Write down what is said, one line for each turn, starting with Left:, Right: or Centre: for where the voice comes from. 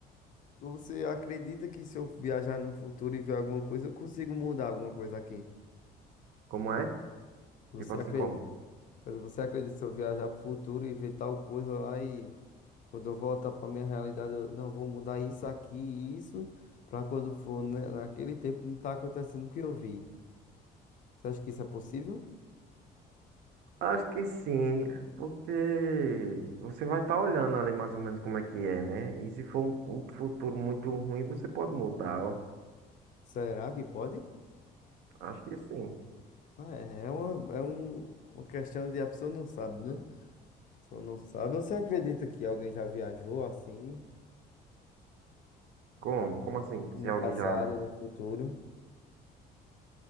Left: Ou Você acredita que se eu viajar no futuro e ver alguma coisa, eu consigo mudar alguma coisa aqui?
Right: Como é?
Left: Você
Right: Tipo assim,
Left: acredita,
Right: como?
Left: você acredita se eu viajar pro futuro e ver tal coisa lá e Quando eu voltar para minha realidade, eu não vou mudar isso aqui e isso para quando for na- naquele tempo não tá acontecendo o que eu vi. Você acha que isso é possível?
Right: Acho que sim, porque você vai estar olhando ali mais ou menos como é que é, né? E se for um, um futuro muito ruim, você pode mudar.
Left: Será que pode?
Right: Acho que sim.
Left: Ah, É é uma, é um, uma questão de a pessoa não sabe, né? A pessoa não sabe. Você acredita que alguém já viajou assim,
Right: Como? Como assim?
Left: no
Right: Se alguém
Left: passado,
Right: já,
Left: no futuro?